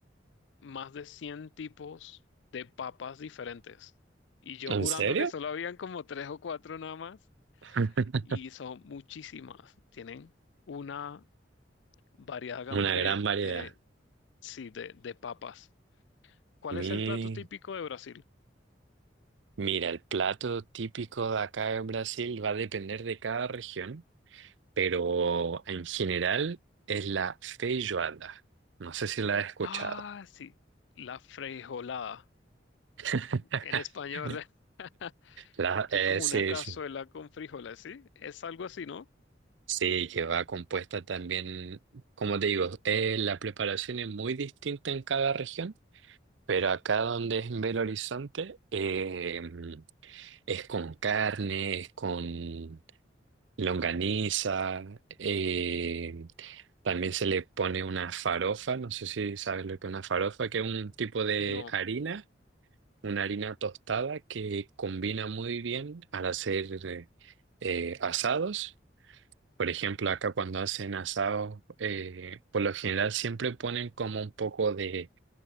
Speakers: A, on the left; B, on the right.
A: más de 100 tipos de papas diferentes. Y yo
B: ¿en
A: jurando
B: serio?
A: que solo habían como tres o cuatro nada más,
B: <laughs>
A: y son muchísimas. Tienen una variada gama
B: Una
A: de,
B: gran variedad.
A: de, sí, de, de papas. ¿Cuál
B: Mi-
A: es el plato típico de Brasil?
B: mira, el plato típico de acá en Brasil va a depender de cada región, pero en general es la feijoada. No sé si la has escuchado.
A: Ah, sí, la frijolada
B: <laughs>
A: en español. <laughs>
B: La,
A: que
B: eh,
A: es como
B: sí,
A: una cazuela
B: sí,
A: con frijoles, ¿sí? Es algo así, ¿no?
B: Sí, que va compuesta también, como te digo, eh, la preparación es muy distinta en cada región, pero acá donde es en Belo Horizonte eh, es con carne, es con longaniza, eh, también se le pone una farofa, no sé si sabes lo que es una farofa, que es un tipo de
A: No,
B: harina, una harina tostada que combina muy bien al hacer... eh, eh, asados Por ejemplo, acá cuando hacen asado, eh, por lo general siempre ponen como un poco de